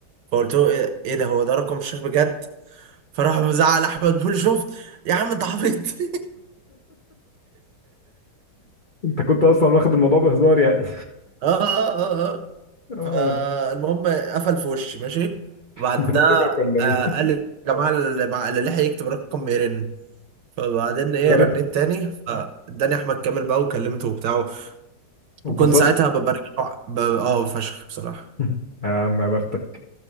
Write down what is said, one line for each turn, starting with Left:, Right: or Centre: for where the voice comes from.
Right: فقلت له ايه إيه ده هو ده رقم الشيخ بجد فراح مزعل احمد بيقول شفت يا عم انت عبيط <laughs>
Left: انت كنت اصلا واخد الموضوع بهزار يعني
Right: اه اه اه
Left: <laughs> اه
Right: فالمهم قفل في وشي ماشي وبعدها
Left: بلجك ولا ايه
Right: آه، قال لي يا جماعة اللي مع- اللي لحق يكتب رقم يرن فبعدين ايه
Left: رن
Right: رنيت تاني فاداني احمد كامل بقى وكلمته وبتاع
Left: واتبسطت
Right: وكنت ساعتها ببارك له ع- ب... اه فشخ بصراحة
Left: <laughs> يا عم يا بختك